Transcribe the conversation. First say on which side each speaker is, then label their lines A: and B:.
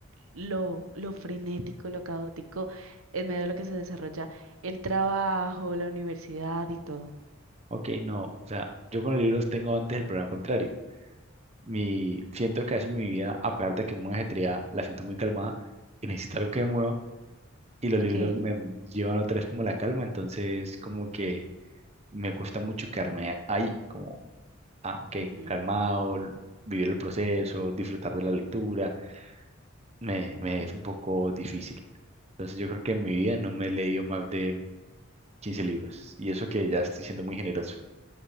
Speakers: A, on the right; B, on the right.
A: lo, lo frenético, lo caótico en medio de lo que se desarrolla el trabajo, la universidad y todo.
B: Ok, no, o sea, yo con los libros tengo antes el problema contrario Mi, siento que hace mi vida, a pesar de que es muy ajetreada, la siento muy calmada y necesito algo que me mueva. Y los
A: Ok.
B: libros me mu- llevan otra vez como la calma, entonces como que me cuesta mucho quedarme ahí, como, ah, ok,
A: Ujú.
B: calmado, l- vivir el proceso, disfrutar de la lectura, me, me es un poco difícil. Entonces yo creo que en mi vida no me he leído más de 15 libros y eso que ya estoy siendo muy generoso.